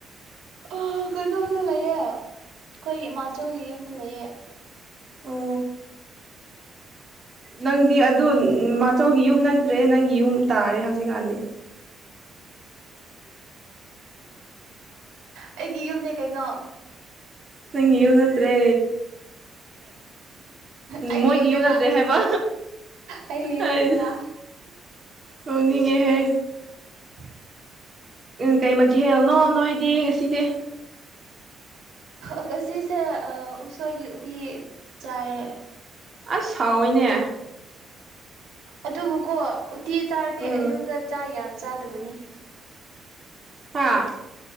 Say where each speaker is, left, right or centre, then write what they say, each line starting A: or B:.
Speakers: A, on the right (about 80°); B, on the right (about 35°).
A: ꯑ ꯀꯩꯅꯣꯗ ꯂꯩꯑꯦ ꯑꯩꯈꯣꯏ ꯏꯃꯥꯆꯧꯒꯤ ꯌꯨꯝꯗ ꯂꯩꯌꯦ
B: ꯑꯣ ꯅꯪꯗꯤ ꯑꯗꯨ ꯃꯥꯆꯧꯒꯤ ꯌꯨꯝ ꯅꯠꯇ꯭ꯔꯦ ꯅꯪꯒꯤ ꯌꯨꯝ ꯇꯥꯔꯦ ꯍꯧꯖꯤꯛꯀꯥꯟꯗꯤ
A: ꯑꯩꯒꯤ ꯌꯨꯝꯅꯦ ꯀꯩꯅꯣ
B: ꯅꯪꯒꯤ ꯌꯨꯝ ꯅꯠꯇ꯭ꯔꯦ
A: ꯑꯩꯒꯤ
B: ꯃꯣꯏꯒꯤ
A: ꯌꯨꯝꯅꯦꯕ
B: ꯌꯨꯝ ꯅꯠꯇ꯭ꯔꯦ ꯍꯥꯏꯕ
A: ꯑꯩꯒꯤ ꯌꯨꯝꯅꯦꯕ
B: ꯍꯥꯏꯗ ꯅꯣꯛꯅꯤꯡꯉꯦꯍꯦ
A: <inaudible>
B: ꯀꯔꯤ ꯃꯊꯦꯜꯅꯣ ꯅꯣꯏꯗꯤ ꯉꯁꯤꯗꯤ
A: ꯉꯁꯤꯁꯦ ꯎꯁꯣꯏꯒꯤ ꯎꯇꯤ ꯆꯥꯏꯌꯦ
B: ꯑꯁ ꯍꯥꯎꯏꯅꯦ
A: ꯑꯗꯨꯕꯨꯀꯣ ꯎꯇꯤ ꯆꯥꯔꯗꯤ
B: ꯎꯝ
A: ꯑꯌꯨꯛꯇ ꯆꯥꯛ ꯌꯥꯝ ꯆꯥꯗꯕꯅꯤ
B: ꯍꯥ